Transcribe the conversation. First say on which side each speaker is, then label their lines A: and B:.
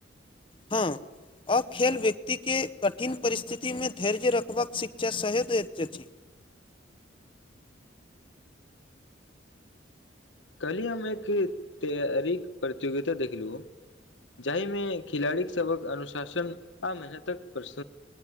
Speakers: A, on the left; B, on the left.
A: हँ अखेल व्यक्तिकेँ कठिन परिस्थिति में धैर्य रखबाक शिक्षा सह द अछि
B: काल्हि हम एक तैयारी प्रतियोगिता देखलो जाहिमे खिलाड़ीसभक अनुशासन आ मेहनतक प्रस